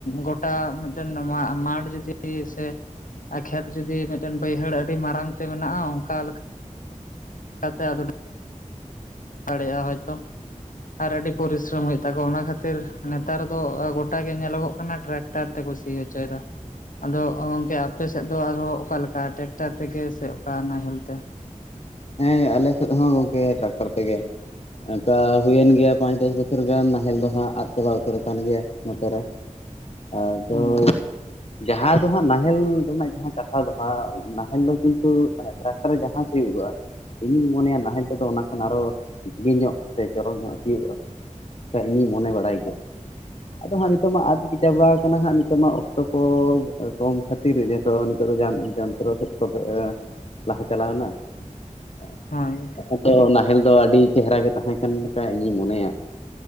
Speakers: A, on the left; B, on the left.
A: ᱜᱚᱴᱟ ᱢᱤᱫᱴᱮᱱ ᱢᱟ ᱢᱟᱴᱷ ᱡᱩᱫᱤ ᱥᱮ ᱟᱨ ᱠᱷᱮᱛ ᱡᱩᱫᱤ ᱢᱤᱫᱴᱮᱱ ᱵᱟᱹᱭᱦᱟᱹᱲ ᱟᱹᱰᱤ ᱢᱟᱨᱟᱝ ᱛᱮ ᱢᱮᱱᱟᱜᱼᱟ ᱚᱝᱠᱟ ᱞᱮᱠᱟ ᱞᱮᱠᱟ ᱛᱮ ᱟᱫᱚ ᱫᱟᱲᱮᱭᱟᱜ-ᱟ ᱦᱚᱭᱛᱚ ᱟᱨ ᱟᱹᱰᱤ ᱯᱚᱨᱤᱥᱨᱚᱢ ᱦᱩᱭᱩᱜ ᱛᱟᱠᱚᱣᱟ ᱚᱱᱟ ᱠᱷᱟᱹᱛᱤᱨ ᱱᱮᱛᱟᱨ ᱫᱚ ᱜᱚᱴᱟ ᱜᱮ ᱧᱮᱞᱚᱜᱚᱜ ᱠᱟᱱᱟ ᱴᱨᱟᱠᱴᱟᱨ ᱛᱮ ᱠᱚ ᱥᱤ ᱥᱤ ᱦᱚᱪᱚᱭ ᱫᱟ ᱟᱫᱚ ᱜᱚᱝᱠᱮ ᱟᱯᱮᱥᱮᱫ ᱫᱚ ᱟᱨᱦᱚᱸ ᱚᱠᱟ ᱞᱮᱠᱟ ᱴᱮᱠᱴᱟᱨ ᱛᱮᱜᱮ ᱥᱮ ᱚᱠᱟ ᱱᱟᱦᱮᱞ ᱛᱮ?
B: ᱦᱮᱸ ᱟᱞᱮ ᱥᱮᱫ ᱦᱚᱸ ᱜᱚᱝᱠᱮ ᱴᱨᱟᱠᱴᱟᱨ ᱛᱮᱜᱮ ᱚᱝᱠᱟ ᱦᱩᱭᱮᱱ ᱜᱮᱭᱟ ᱯᱟᱸᱪ ᱫᱚᱥ ᱵᱚᱪᱷᱚᱨ ᱜᱟᱱ ᱱᱟᱦᱮᱞ ᱫᱚ ᱦᱟᱸᱜ ᱟᱫ ᱪᱟᱵᱟ ᱩᱛᱟᱹᱨ ᱟᱠᱟᱱ ᱜᱮᱭᱟ ᱱᱚᱛᱮᱨᱮ
A: <inaudible>
B: ᱟᱫᱚ
A: ᱚ
B: ᱡᱟᱦᱟᱸ ᱫᱚ ᱦᱟᱸᱜ ᱱᱟᱦᱮᱞ ᱨᱮᱱᱟᱜ ᱡᱟᱦᱟᱸ ᱠᱟᱛᱷᱟ ᱫᱚ ᱦᱟᱸᱜ ᱱᱟᱦᱮᱞ ᱫᱚ ᱠᱤᱱᱛᱩ ᱢᱟᱱᱮ ᱴᱨᱟᱠᱴᱟᱨ ᱨᱮ ᱡᱟᱦᱟᱸ ᱥᱤᱭᱩᱜᱚᱜᱼᱟ ᱤᱧᱤᱧ ᱢᱚᱱᱮᱭᱟ ᱱᱟᱦᱮᱞ ᱛᱮᱫᱚ ᱚᱱᱟ ᱠᱷᱚᱱ ᱟᱨᱦᱚᱸ ᱵᱷᱟᱹᱜᱤ ᱧᱚᱜ ᱥᱮ ᱪᱚᱨᱚᱠ ᱧᱚᱜ ᱥᱤᱭᱩᱜ-ᱟ ᱚᱱᱠᱟ ᱤᱧ ᱢᱚᱱᱮ ᱵᱟᱲᱟᱭ ᱜᱮᱭᱟ᱾
A: <inaudible>
B: ᱟᱫᱚ ᱦᱟᱸᱜ ᱱᱤᱛᱚᱜ ᱢᱟ ᱟᱫ ᱜᱮ ᱪᱟᱵᱟ ᱠᱟᱱᱟ ᱦᱟᱸᱜ ᱱᱤᱛᱚᱜ ᱢᱟ ᱚᱠᱛᱚ ᱠᱚ ᱠᱚᱢ ᱠᱷᱟᱹᱛᱤᱨ ᱡᱮ ᱛᱚ ᱱᱤᱛᱚᱜ ᱫᱚ ᱡᱚᱱ ᱡᱚᱱᱛᱨᱚ ᱥᱮᱫ ᱠᱚ ᱞᱟᱦᱟ ᱪᱟᱞᱟᱣᱮᱱᱟ ᱦᱮᱸ
A: ᱦᱚᱭ
B: ᱩᱱ ᱫᱚ ᱱᱟᱦᱮᱞ ᱫᱚ ᱟᱹᱰᱤ ᱪᱮᱦᱨᱟ ᱜᱮ ᱛᱟᱦᱮᱸ ᱠᱟᱱ ᱞᱮᱠᱟ ᱤᱧᱤᱧ ᱢᱚᱱᱮᱭᱟ᱾